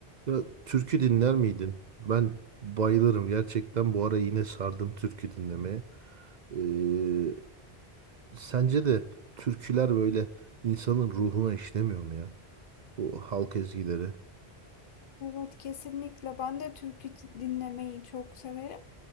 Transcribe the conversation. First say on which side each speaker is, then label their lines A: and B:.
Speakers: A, on the right (about 50°); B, on the left (about 60°).
A: Ya türkü dinler miydin? Ben bayılırım gerçekten. Bu ara yine sardım türkü dinlemeye. Ee, sence de türküler böyle insanın ruhuna işlemiyor mu ya? O halk ezgileri.
B: Evet kesinlikle. Ben de türkü dinlemeyi çok severim.